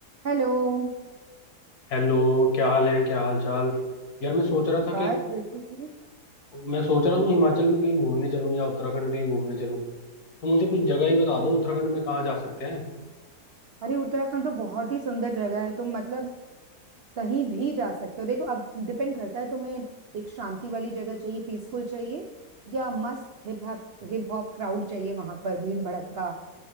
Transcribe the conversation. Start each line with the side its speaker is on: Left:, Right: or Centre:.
Right: Hello
Left: Hello क्या हाल है क्या हाल चाल यार मैं सोच रहा था
Right: बस
Left: कि
Right: बिल्कुल ठीक
Left: मैं सोच रहा हूँ हिमाचल में कहीं घूमने चलूँ या उत्तराखंड कहीं घूमने चलूँ तो मुझे कुछ जगह ही बता दो
Right: हाँ
Left: उत्तराखंड
Right: यार।
Left: में कहाँ जा सकते हैं
Right: अरे उत्तराखंड तो बहुत ही सुंदर जगह है तुम मतलब कहीं भी जा सकते हो देखो अब डिपेंड करता है तुम्हें एक शांति वाली जगह चाहिए पीसफुल चाहिए या मस्त hip hop hip hop crowd चाहिए वहां पर भीड़ भड़क्का